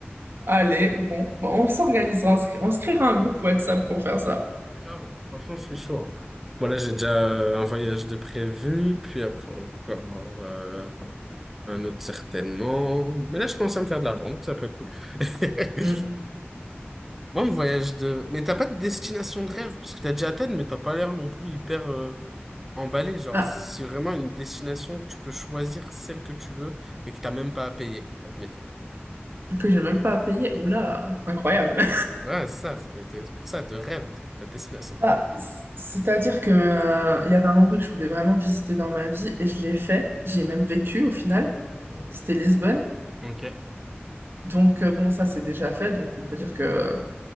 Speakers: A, on the right; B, in the centre.
A: allez, bon, bon, on s'organisera, on se cré- on se créera un groupe WhatsApp pour faire ça.
B: <laughs> Grave, franchement, je suis chaud. hein. Voilà, j'ai déjà euh, un voyage de prévu, puis après encore euh, un autre certainement. Mais là, je commence à me faire de l'argent, donc ça peut être cool. <laughs>
A: Hmm.
B: Moi, mon voyage de... Mais t'as pas de destination de rêve, parce que t'as déjà Athènes, mais t'as pas l'air non plus hyper... euh, Emballé, genre,
A: Bah,
B: si vraiment une destination, tu peux choisir celle que tu veux et que t'as même pas à payer, admettons.
A: que j'ai même pas à payer. Oula, incroyable.
B: Ouais, c'est ça, c'est c'est pour ça, de rêve, ta destination de
A: Bah,
B: rêve.
A: c- c'est-à-dire que euh, il y avait un endroit que je voulais vraiment visiter dans ma vie et je l'ai fait. J'y ai même vécu au final. C'était Lisbonne.
B: Ok,
A: Donc euh, bon, ça c'est déjà fait. Donc on peut dire que